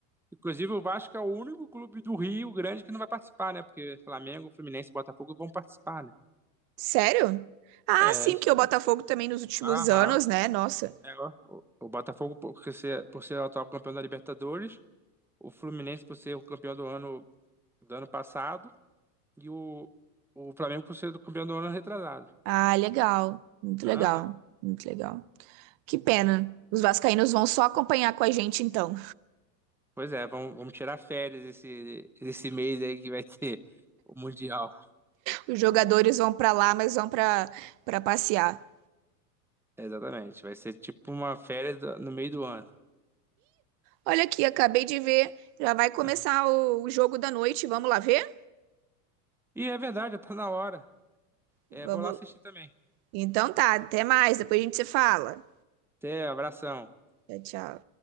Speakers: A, in the centre; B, on the right.
A: Inclusive o Vasco é o único clube do Rio Grande que não vai participar, né? Porque Flamengo, Fluminense e Botafogo vão participar, né?
B: Sério? Ah,
A: É,
B: sim,
A: é isso
B: porque
A: aí.
B: o Botafogo também nos últimos
A: Aham.
B: anos, né? Nossa.
A: É, ó. o, o Botafogo por ser, por ser o atual campeão da Libertadores, o Fluminense por ser o campeão do ano, do ano passado. E o, o Flamengo por ser do campeão do ano retrasado.
B: Ah, legal. Muito legal.
A: Aham.
B: Muito legal. Que pena. Os vascaínos vão só acompanhar com a gente, então.
A: Pois é, vamos, vamos tirar férias esse, esse mês aí que vai ter o Mundial.
B: Os jogadores vão pra lá, mas vão pra para passear.
A: Exatamente, vai ser tipo uma férias do- no meio do ano.
B: Olha aqui, acabei de ver. Já vai começar
A: Aham.
B: o, o jogo da noite. Vamos lá ver?
A: E é verdade, tá na hora. É,
B: Vamos.
A: vou lá assistir também.
B: Então tá, até mais. Depois a gente se fala.
A: Até, abração.
B: Tchau, tchau.